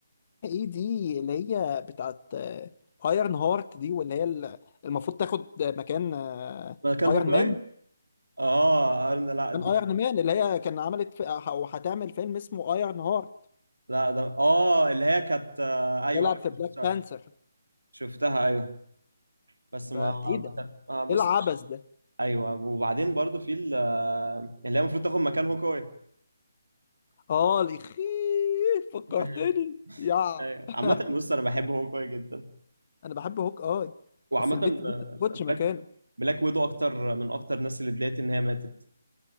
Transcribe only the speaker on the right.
ما كان
هوكاي
اه أنا- لا دي
لا ده اه اللي هي كانت آه، ايوه
شفتها
شفتها شفتها، ايوه بس ما
ما
كان- ما بص
ايوه وبعدين برضو في ال- آه، اللي هي المفروض تاخد مكان هوكاي
<laughs>
ايوه
عامة بص انا بحب هوكاي جدا
وعامة
آه،
بلاك بلاك ويدو اكتر من اكتر الناس اللي اتضايقت ان هي ماتت